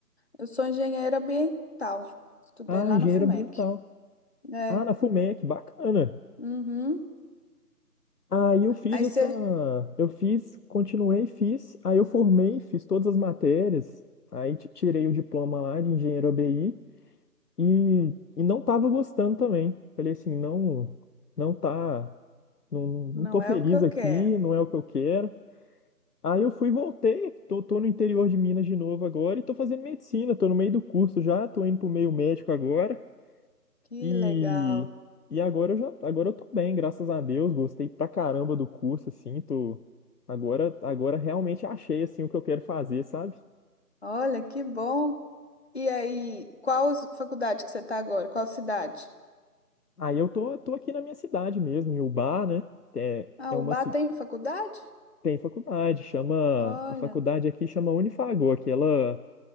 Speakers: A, on the left (about 40°); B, on the left (about 70°).
A: Eu sou engenheira ambiental. Estudei
B: Ah,
A: lá
B: engenheiro
A: no FUMEC.
B: ambiental.
A: É.
B: Ah, na FUMEC, bacana.
A: Uhum.
B: Aí eu fiz
A: Aí
B: essa.
A: você.
B: Eu fiz, continuei, fiz. Aí eu formei, fiz todas as matérias. Aí ti- tirei o diploma lá de engenheiro ABI e, e não tava gostando também. Falei assim, não, não tá. Não,
A: Não
B: não tô feliz
A: é o que eu
B: aqui,
A: quero.
B: não é o que eu quero. Aí eu fui e voltei, tô, tô no interior de Minas de novo agora e tô fazendo medicina, tô no meio do curso já, tô indo pro meio médico agora
A: Que
B: e,
A: legal.
B: e agora eu já, agora eu tô bem, graças a Deus, gostei pra caramba do curso, assim, tô, agora, agora realmente achei, assim, o que eu quero fazer, sabe?
A: Olha, que bom. E aí, qual s- faculdade que você está agora? Qual cidade?
B: Aí eu tô, tô aqui na minha cidade mesmo, em Ubá, né? É,
A: Ah,
B: é
A: o
B: uma,
A: Ubá
B: ci-
A: tem faculdade?
B: tem faculdade, chama,
A: Olha,
B: a faculdade aqui chama Unifagoa, que ela